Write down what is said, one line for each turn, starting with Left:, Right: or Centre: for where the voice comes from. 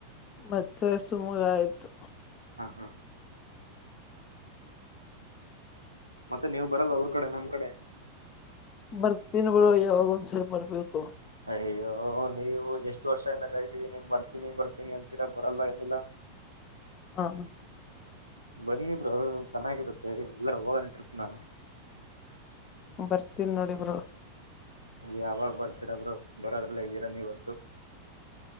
Left: ಮತ್ತೆ ಸುಮಗ ಆಯ್ತು
Right: ಹಾ ಹಾ ಮತ್ತೆ ನೀವು ಬರಲ್ಲ ಅವ್ರ ಕಡೆ ನಮ್ಮ ಕಡೆ
Left: ಬರ್ತೀನ್ಿ ಬಿಡ ಯಾವಾಗ ಒಂದ್ಸರಿ ಬರ್ಬೇಕು
Right: ಅಯ್ಯೋ ನೀವು ಎಷ್ಟು ವರ್ಷದಿಂದ ಕರಿತೀಿ ನೀ ಬರ್ತೀನಿ ಬರ್ತೀನಿ ಅಂತೀರ ಬರಲ್ಲ ಏನಿಲ್ಲ
Left: ಹ ಹ
Right: ಬಂದಿದ್ರರು ಚೆನ್ನಾಗಿರುತ್ತೆ ಎಲ್ಲಾರ ಹೋಗನ್ ಟ್ರಿಪ್ನ
Left: ಬರ್ತೀನಿ ನೋಡಿ ಇಬ್ರು
Right: ಯಾವಾಗ ಬರ್ತೀರಬ್್ರ ಬರೋದ್ರಲ್ಲ ಇದ್ದೀರಾ ನೀವತ್ತುು